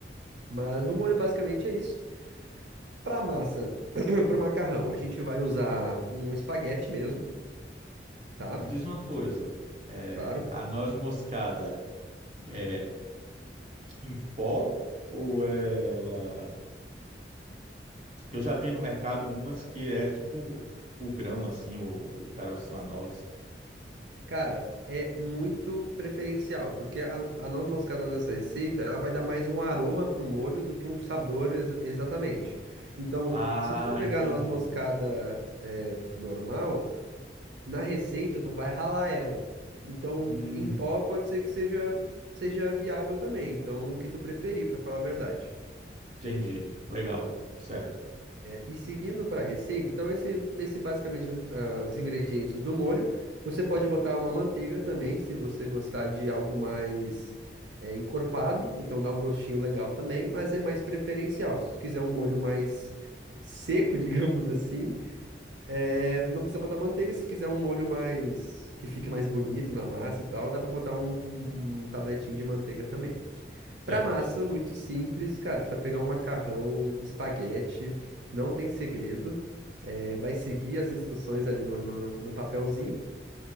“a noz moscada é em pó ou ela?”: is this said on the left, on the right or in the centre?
Right